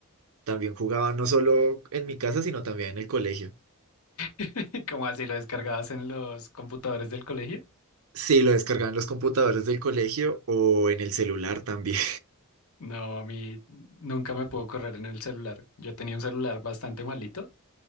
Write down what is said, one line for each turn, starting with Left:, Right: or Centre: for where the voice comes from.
Right: También jugaba no solo en mi casa, sino también en el colegio.
Left: <laughs> ¿Cómo así lo descargabas en los computadores del colegio?
Right: Sí, lo descargaba en los computadores del colegio o en el celular también.
Left: No, a mí nunca me pudo correr en el celular. Yo tenía un celular bastante malito.